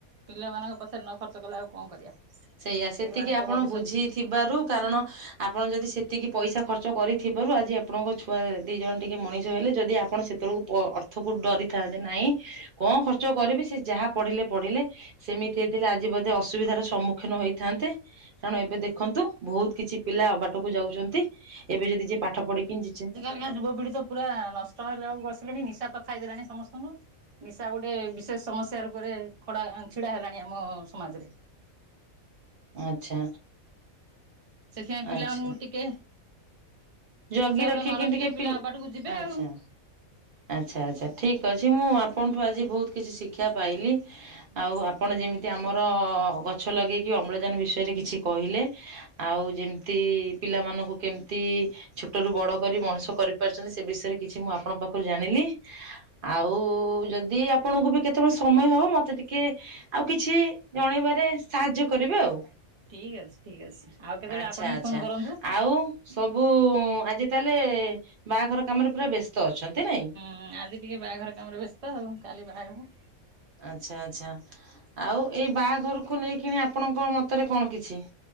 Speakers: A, on the right; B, on the right.
A: ପିଲାମାନଙ୍କ ପଛରେ ନ ଖର୍ଚ୍ଚ କଲେ ଆଉ କଣ କରିବା।
B: ସେଇଆା ସେତିକି
A: ସେଇମାନେ ତ
B: ଆପଣ
A: ଭବିଷ୍ୟତ
B: ବୁଝି ଥିବାରୁ କାରଣ ଆପଣ ଯଦି ସେତିକି ପଇସା ଖର୍ଚ୍ଚ କରିଥିବାରୁ ଆଜି ଆପଣଙ୍କ ଛୁଆ ଦି ଜଣ ଟିକେ ମଣିଷ ହେଲେ ଯଦି ଆପଣ ସେତେବେଳକୁ ଅର୍ଥକୁ ଡରିଥାନ୍ତେ ନାହିଁ କଣ ଖର୍ଚ୍ଚ କରିବି ସେ ଯାହା ପଢିଲେ ପଢିଲେ ସେମିତି ହେଇଥିଲେ ଆଜି ବୋଧେ ଅସୁବିଧାର ସମ୍ମୁଖୀନ ହେଇଥାନ୍ତେ। କାରଣ ଏବେ ଦେଖନ୍ତୁ ବୋହୁତ କିଛି ପିଲା ଅବାଟକୁ ଯାଉଛନ୍ତି। ଏବେ ଯଦି ଯିଏ ପାଠ ପଢେ କି ଯିଝେ
A: ଆଜ୍ଞା ଯୁବପିଢି ତ ପୁରା ନଷ୍ଟ ହେଲେ ଆଉ ବସିଲେଣି ନିଶା ତ ଖାଇଦେଲାଣି ସମସ୍ତଙ୍କୁ। ନିଶା ଗୋଟେ ବିଶେଷ ସମସ୍ୟା ରୂପରେ ଖଡା ଛିଡା ହେଲାଣି ଆମ ସମାଜରେ।
B: ଆଛା
A: ସେଥିପାଇଁ ପିଲାମାନଙ୍କୁ
B: ଆଛା।
A: ଟିକେ
B: ଜଗି
A: ହିସାବରେ
B: ରଖି
A: ନ
B: କିଣ
A: ରଖିଲେ
B: ଟିକେ
A: ପିଲା
B: ପିଲ୍
A: ଅବାଟକୁ ଯିବେ
B: ଆଚ୍ଛା।
A: ଆଉ।
B: ଆଚ୍ଛା ଆଚ୍ଛା ଠିକ୍ ଅଛି ମୁଁ ଆପଣଠୁ ଆଜି ବୋହୁତ କିଛି ଶିକ୍ଷା ପାଇଲି। ଆଉ ଆପଣ ଯେମିତି ଆମର ଗଛ ଲଗେଇକି ଅମ୍ଳଜାନ ବିଷୟରେ କିଛି କହିଲେ ଆଉ ଯେମିତି ପିଲାମାନଙ୍କୁ କେମିତି ଛୋଟରୁୁ ବଡ କରି ମଣିଷ କରିପାରିଚନ୍ତି ସେ ବିଷୟରେ କିଛି ମୁଁ ଆପଣଙ୍କ ପାଖରୁ ଜାଣିଲି ଆଉ ଯଦି ଆପଣଙ୍କୁ ବି କେତେବେଳେ ସମୟ ହବ ମତେ ଟିକେ ଆଉ କିଛି ଜଣେଇବାରେ ସାହାଯ୍ୟ କରିବେ ଆଉ।
A: ଠିକ ଅଛି ଠିକ ଅଛି ଆଉ କେତେବେଳେ
B: ଆଚ୍ଛା
A: ଆପଣ ବି
B: ଆଚ୍ଛା।
A: ଫୋନ କରନ୍ତୁ।
B: ଆଉ ସବୁ ଆଜି ତାହେଲେ ବାହାଘର କାମରେ ପୁରା ବ୍ୟସ୍ତ ଅଛନ୍ତି ନାଇଁ।
A: ହଁ ଆଜି ଟିକେ ବାହାଘର କାମରେ ବ୍ୟସ୍ତ ଆଉ କାଲି ବାହାଘର।
B: ଆଚ୍ଛା ଆଚ୍ଛା ଆଉ ଏଇ ବାହାଘରକୁ ନେଇକିଣି ଆପଣଙ୍କ ମତରେ କଣ କିଛି